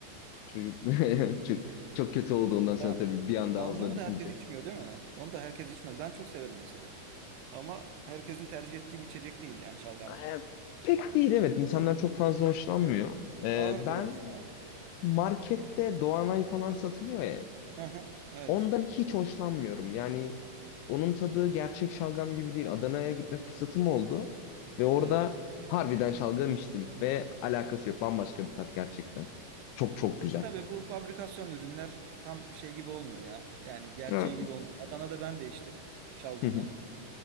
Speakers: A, on the left; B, on the right.
A: Çocuk <laughs> çok, çok kötü oldu ondan sonra
B: Ya
A: tabii bir anda
B: şalgamı
A: ağzına dikince.
B: da herkes içmiyor değil mi? Onu da herkes içmez. Ben çok severim mesela. Ama herkesin tercih ettiği bir içecek değil yani şalgam da.
A: E, pek değil evet. insanlar çok fazla hoşlanmıyor. E,
B: Ağır
A: ben
B: biraz yani.
A: markette Doğanay falan satılıyor ya.
B: Hı hı. Evet.
A: Ondan hiç hoşlanmıyorum. Yani onun tadı gerçek şalgam gibi değil. Adana'ya gitme fırsatım oldu. Ve orada
B: Evet.
A: harbiden şalgam içtim. Ve alakası yok. Bambaşka bir tat gerçekten. Çok çok güzel.
B: E tabii bu fabrikasyon ürünler tam şey gibi olmuyor ya. Yani gerçeği
A: Evet.
B: gibi olmuyor. Adana'da ben de içtim şalgamı.
A: <laughs>